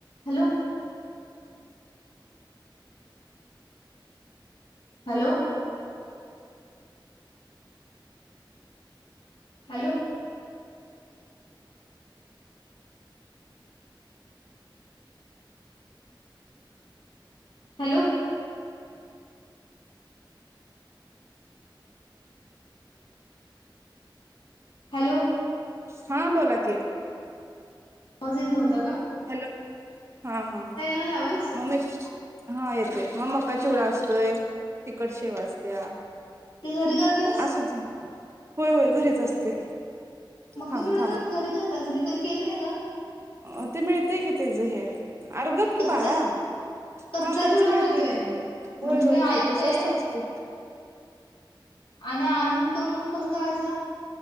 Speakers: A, on the left (about 80°); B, on the right (about 30°).
A: Hello! Hello! Hello! Hello! Hello
B: हा बोला कि
A: आवाज येत नव्हता ग
B: हॅलो हा हां
A: लागला आवाज
B: मम्मी हा येतोय. मग मका चिवडा असतोय तिकट शेव असत्या.
A: ते घरी करतास
B: असू दे होय होय घरीच असते.
A: मक्का
B: थांब
A: चिवडा
B: थांब
A: आणून घरी करत्यास मी कधी केल नाही ग.
B: अ ते मिळतेय कि त्याज हे अर गप कि
A: कच्चा
B: बाळा
A: कच्चा
B: हा कच्च
A: चिवडा
B: मिळतेय
A: मिळतोय
B: की,
A: म्हणजे
B: होय
A: मी
B: होय
A: ऐकलोय
B: मिळतेय की स्वस्त असतय.
A: आणि आणून करून कसं करायच